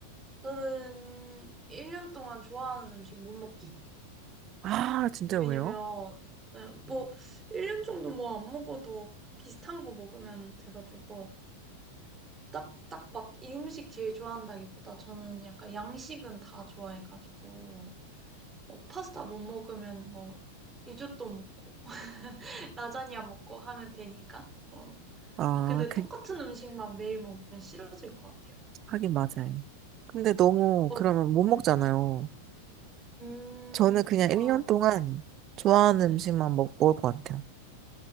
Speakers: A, on the right; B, on the right.
A: 저는 1년 동안 좋아하는 음식 못 먹기.
B: 아, 진짜
A: 왜냐면,
B: 왜요?
A: 네, 뭐, 1년 정도 뭐 안 먹어도 비슷한 거 먹으면 돼가지고. 딱, 딱 막 이 음식 제일 좋아한다기보다 저는 약간 양식은 다 좋아해가지고 뭐 파스타 못 먹으면 뭐 리조또 먹고 <laughs> 라자냐 먹고 하면 되니까 뭐
B: 아,
A: 근데
B: 그게
A: 똑같은 음식만 매일 먹으면 싫어질 것 같아요.
B: 하긴 맞아요. 근데 너무
A: 어,
B: 그러면 못 먹잖아요.
A: 네. 음,
B: 저는 그냥
A: 좋아.
B: 1년 동안 좋아하는
A: 네.
B: 음식만 먹, 먹을 것 같아요.